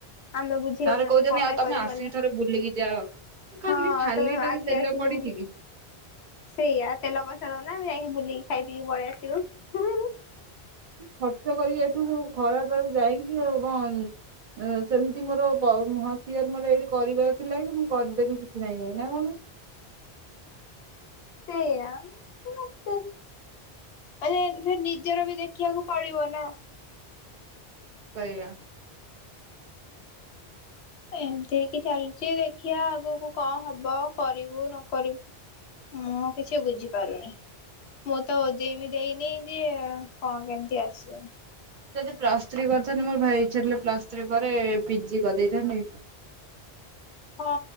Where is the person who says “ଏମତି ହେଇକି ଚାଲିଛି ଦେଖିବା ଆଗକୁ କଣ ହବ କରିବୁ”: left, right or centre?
Left